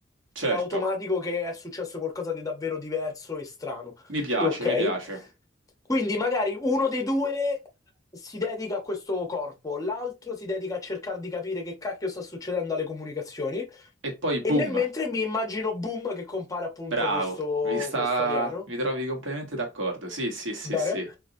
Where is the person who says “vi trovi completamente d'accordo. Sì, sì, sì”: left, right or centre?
Right